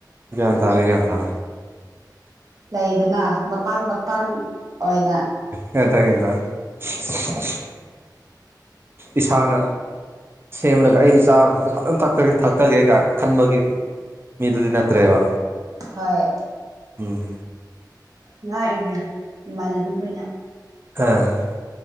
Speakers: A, on the right; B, on the right.
A: ꯒ꯭ꯌꯥꯟ ꯇꯥꯔꯦ ꯒ꯭ꯌꯥꯟ ꯇꯥꯔꯦ
B: ꯂꯩꯗꯅ ꯃꯇꯥꯡ ꯃꯇꯥꯡ ꯑꯣꯏꯅ
A: ꯍ ꯇꯑꯦꯇ <unintelligible> ꯏꯁꯥꯅ ꯁꯦꯝꯂꯒ ꯑꯩ ꯏꯆꯥ ꯈꯛꯇ ꯐꯖꯅꯒꯦ ꯊꯛꯇꯒꯦ ꯀꯥꯏ ꯈꯟꯕꯒꯤ ꯃꯤꯗꯗꯤ ꯅꯠꯇ꯭ꯔꯦꯕ
B: ꯍꯣꯏ
A: ꯎꯝ
B: ꯉꯥꯛ ꯏꯅꯦ ꯏꯃꯥꯟꯅꯕꯤ ꯈꯣꯏꯅ
A: ꯍꯥ